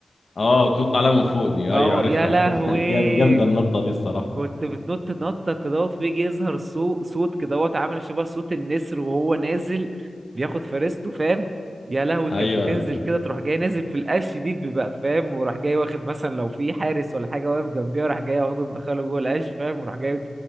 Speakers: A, on the left; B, on the right.
A: اه وتنط عليها من فوق دي ايوه
B: اه
A: عارفها
B: يا لهوي
A: <laughs> جامده النطه دي الصراحه
B: كنت بتنط نطة كدهوت بيجي يظهر صو- صوت كدهوت عامل شبه صوت النسر وهو نازل بياخد فريسته فاهم يا لهوي
A: ايوه
B: كانت بتنزل كده تروح جاي نازل في القش دي بيبقى فاهم وراح جاي واخد مثلا لو في حارس ولا حاجة واقف جنبيها وراح جاي واخده مدخله جوه القش فاهم وراح جاي